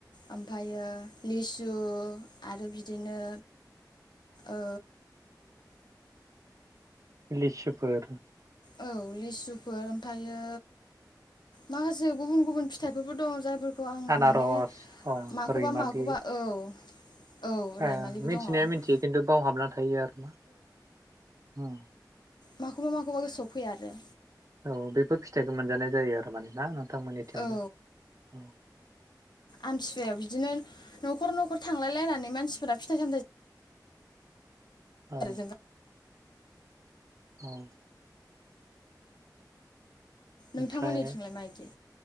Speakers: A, on the left (about 75°); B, on the right (about 50°).
A: ओमफायो लिसु आरो बिदिनो ओ
B: लिसुफोर
A: औ लिसुफोर ओमफायो माखासे गुबुन गुबुन फिथाइफोरबो दं जायफोर ओ आङो
B: आनारस
A: माने
B: अ
A: माखौबा
B: रैमालि
A: माखौबा, औ। औ रायमालिबो
B: ओ मिथिनाया
A: दङ औ
B: मिथियो खिन्थु बावहाबना थायो आरो ना। <unintelligible>
A: माखौबा माखौबा गोसोआव फैया आरो
B: औ बेफोर फिथाइखौ मोनजानाय जायो आरो माने ना? नोंथांमोननिथिंबो
A: औ
B: ओम।
A: आमथिसुवायाव बिदिनो नखर नखर थांलायलायनानै मानसिफोरा फिथाइ सामथाइ
B: औ।
A: आरो जों
B: औ। ओमफ्राय
A: नोंथांमोननिथिंलाय माइदि?